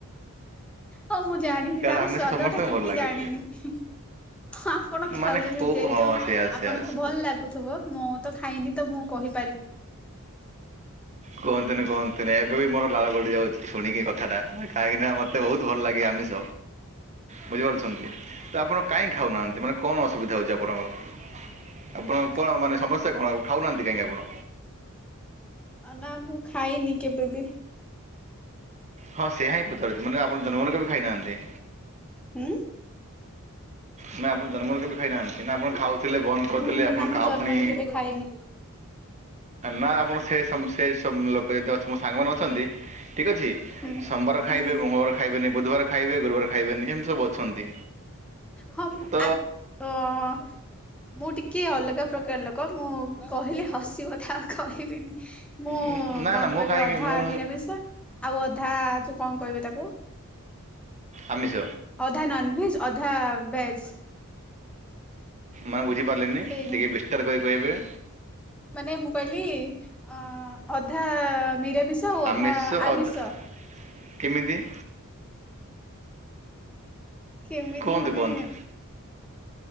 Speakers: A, in the centre; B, on the right (about 30°).
A: ହଁ ମୁଁ ଜାଣିନି
B: କାରଣ
A: ତାର
B: ଆମେ
A: ସ୍ଵାଦ
B: ସେ ସମସ୍ତଙ୍କୁ
A: ଟା କେମିତି
B: ଭଲ ଲାଗେ
A: ଜାଣିନି। ହଁ ଆପଣ ଖାଉଛନ୍ତି।
B: ମାନେ କେଉଁ
A: ଯେହେତୁ
B: ହଁ ସେୟା ସେୟା
A: ଆପଣଙ୍କୁ ଭଲ ଲାଗୁଥିବ ମୋ ତ ଖାଇନି। ତ ମୁଁ କହି
B: କୁହନ୍ତୁନି-କୁହନ୍ତୁନି ଏବେ ବି ମୋର ଲାଳ ଗଡ଼ି ଯାଉଛି। ଶୁଣିକି ଏ କଥାଟା। କାହିଁକିନା ମତେ ବହୁତ ଭଲ ଲାଗେ ଆମିଷ। ବୁଝିପାରୁଛନ୍ତି।
A: ହୁଁ।
B: ତ ଆପଣ କାହିଁକି ଖାଉନାହାନ୍ତି? ମାନେ କଣ ଅସୁବିଧା ହଉଛି ଆପଣଙ୍କର?
A: ତ ବହୁତହୁ
B: ଆପଣଙ୍କ କ'ଣ ମାନେ
A: <unintelligible>
B: ସମସ୍ୟା କ'ଣ ଖାଉନାହାନ୍ତି କାହିଁକି ଆପଣ?
A: ନା ମୁଁ ଖାଇନି କେବେବି।
B: ହଁ ସେଆ ହିଁ ପଚାରୁଛି। ମାନେ ଆପଣ ଜନମରୁ କେବେ ଖାଇନାହାନ୍ତି?
A: ହୁଁ <unintelligible>
B: ମାନେ ଆପଣ ଜନମରୁ କେବେ ଖାଇନାହାନ୍ତି? ନା ଆପଣ ଖାଉ ଥିଲେ ବନ୍ଦ କରିଥିଲେ।
A: ହୁଁ
B: ଆପଣ
A: ନା ମୁଁ
B: କାହାକୁ
A: ଜନ୍ମରୁ
B: ପୁଣି
A: କେବେ ଖାଇନି
B: ନା ଆପଣ ସେ ସେ ଲୋକ ଯଦି ଅ ମୋ ସାଙ୍ଗମାନେ ଅଛନ୍ତି। ଠିକ୍ ଅଛି
A: ହୁଁ
B: ସୋମବାର
A: ହୁଁ
B: ଖାଇବେ, ମଙ୍ଗଳବାର ଖାଇବେନି, ବୁଧବାର ଖାଇବେ, ଗୁରୁବାର ଖାଇବେନି, ସେମିତି ସବୁ ଅଛନ୍ତି।
A: ହଁ
B: ତ
A: ଆ <unintelligible> ମୁଁ ଟିକେ ଅଲଗା ପ୍ରକାର ଲୋକ ମୁଁ କହିଲେ ହସିବ ଥାଉ କହିବିନି। ମୁଁ
B: ଉଁ, ନା
A: କଣନ୍ତୁ
B: ନା ମୁଁ
A: କହିବି
B: କାହିଁକି
A: ଅଧା
B: ମୁଁ
A: ମିରାମିଷ ଆଉ ଅଧା ଯ କଣ କହିବେ ତାକୁ
B: ଆମିଷ
A: ଅଧା ନନଭେଜ। ଅଧା ଭେଜ୍।
B: ମାନେ ବୁଝି ପାରିଲିନି।
A: ସେଇ
B: ଟିକେ ବିସ୍ତାର କରି କହିବେ।
A: ମାନେ ମୁଁ କହିଲି ଅ ଅଧା ମିରାମିଷ, ଆଉ
B: ଆମିଷ
A: ଅଧା ଆମିଷ।
B: ଅଦ- କେମିତି?
A: କେମିତି
B: କୁହନ୍ତୁ
A: ମାନେ
B: କୁହନ୍ତୁ